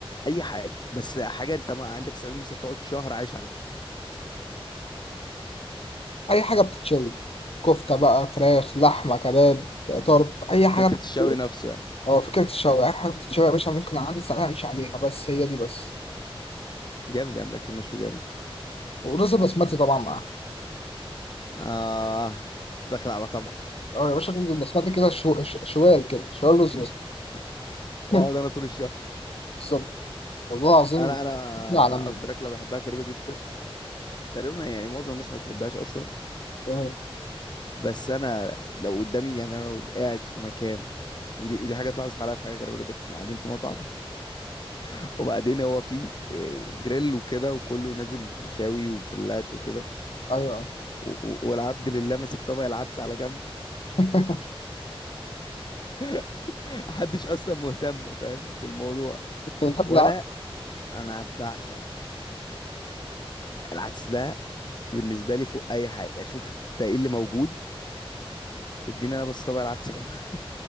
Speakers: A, on the left; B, on the left.
A: اي حاجه بس حاجه انت ما عندك سعاده مثلا تقعد شهر عايش عليها
B: اي حاجه بتتشوي كفته بقى فراخ لحمه كباب طرب اي
A: فكرة
B: حاجه بتتشوي
A: الشوي نفسه يعني
B: اه فكره الشوي اي حاجه بتتشوي يا باشا ممكن عندي ساعه اعيش عليها بس هي دي بس
A: جامد يا عم الأكل المشوي جامد
B: ورز بسمتي طبعا معاها
A: آه داخل على طمع
B: اه يا باشا رز بسمتي كده شو... ش- شوال كده شوال رز
A: <laughs>
B: بسمتي
A: واقعد
B: <laughs>
A: أنا طول الشهر
B: بالظبط والله العظيم
A: أنا أنا
B: فكرة عالمية
A: أكتر أكلة بحبها غريبة جدا تقريبا يعني معظم الناس ما بتحبهاش أصلا
B: ايه
A: بس أنا لو قدامي يعني أنا لو قاعد في مكان ودي ودي حاجة اتلاحظت عليا في حاجة غريبة جدا كنا قاعدين في مطعم <laughs> وبعدين هو في آه، جريل وكده وكله نازل مشاوي وجريلات وكده
B: ايوه
A: و- و- والعبد لله ماسك طبق العدس على جنب
B: <laughs>
A: <laughs> محدش اصلا مهتم فاهم بالموضوع
B: انت بتحب
A: وانا
B: العك
A: انا بعشق العدس العدس ده بالنسبه لي فوق اي حاجه اشوف انت ايه اللي موجود اديني انا بس طبق العدس كده <laughs>